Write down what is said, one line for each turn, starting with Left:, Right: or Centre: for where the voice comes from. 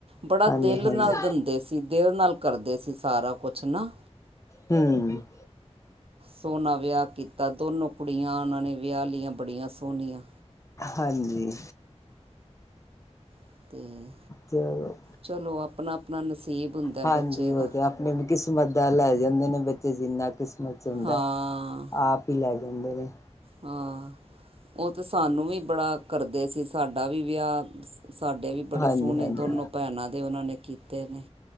Right: ਬੜਾ
Left: ਹਾਂਜੀ
Right: ਦਿਲ
Left: ਹਾਂਜੀ
Right: ਨਾਲ ਦਿੰਦੇ ਸੀ ਦਿਲ ਨਾਲ ਕਰਦੇ ਸੀ ਸਾਰਾ ਕੁਛ ਨਾ
Left: ਹੂੰ,
Right: ਸੋਹਨਾ ਵਿਆਹ ਕੀਤਾ ਦੋਨੋ ਕੁੜੀਆਂ ਉਹਨਾਂ ਨੇ ਵਿਆਹ ਲਈਆਂ ਬੜੀਆਂ ਸੋਹਣੀਆਂ
Left: ਹਾਂਜੀ,
Right: ਅਤੇ
Left: ਚਲੋ
Right: ਚਲੋ ਆਪਣਾ ਆਪਣਾ ਨਸੀਬ ਹੁੰਦਾ
Left: ਹਾਂਜੀ
Right: ਬੱਚੇ
Left: ਉਹ
Right: ਦਾ
Left: ਤੇ ਆਪਣੇ ਵੀ ਕਿਸਮਤ ਦਾ ਲੈ ਜਾਂਦੇ ਨੇ ਤੇ ਜਿੰਨਾ ਕਿਸਮਤ ਚ ਹੁੰਦਾ
Right: ਹਾਂ
Left: ਆਪ ਹੀ ਲੈ ਜਾਂਦੇ ਨੇ
Right: ਹਾਂ ਉਹ ਤੇ ਸਾਨੂੰ ਵੀ ਬੜਾ ਕਰਦੇ ਸੀ ਸਾਡਾ ਵੀ ਵਿਆਹ ਸਾਡੇ ਵੀ ਬੜੇ
Left: ਹਾਂਜੀ
Right: ਸੋਹਣੇ
Left: ਹਾਂਜੀ
Right: ਦੋਨੋ ਭੈਣਾਂ ਦੇ ਉਹਨਾਂ ਨੇ ਕੀਤੇ ਨੇ